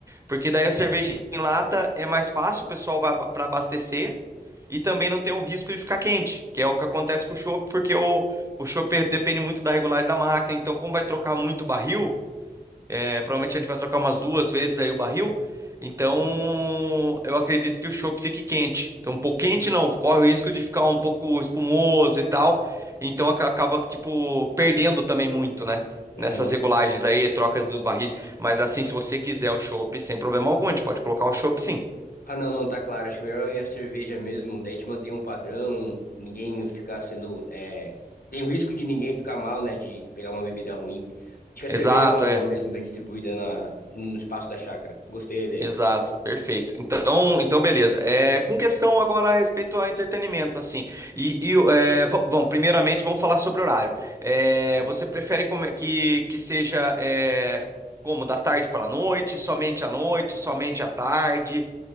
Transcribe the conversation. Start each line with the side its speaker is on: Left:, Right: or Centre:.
Right: Porque daí a cerveja em lata é mais fácil, o pessoal vai para abastecer e também não tem o risco de ficar quente, que é o que acontece com o chopp, porque o, o chopp depende muito da regularidade da máquina. Então, como vai trocar muito barril, é, provavelmente a gente vai trocar umas duas vezes aí o barril. Então,
Left: tá bom.
Right: eu acredito que o chopp fique quente. Então, um pouco quente não, corre o risco de ficar um pouco espumoso e tal. Então, aca- acaba, tipo, perdendo também muito, né?
Left: Ah,
Right: Nessas
Left: não.
Right: regulagens aí, trocas dos barris. Mas, assim, se você quiser o chopp, sem problema algum, a gente pode colocar o chopp, sim.
Left: Ah, não, não, tá claro. Acho que o melhor é a cerveja mesmo. Daí te mantém um padrão, ninguém ficar sendo. é, Tem o risco de ninguém ficar mal, né? De pegar uma bebida ruim. Acho que a
Right: Exato,
Left: cerveja é uma boa
Right: é.
Left: mesmo, bem distribuída na... no espaço da chácara. Gostei da ideia.
Right: Exato, perfeito. Então, então beleza. É, com questão agora a respeito ao entretenimento, assim. E, e, é, vam- vamos, primeiramente, vamos falar sobre horário. É,
Left: Tá.
Right: você prefere como é que, que seja é, como da tarde para a noite, somente à noite, somente à tarde?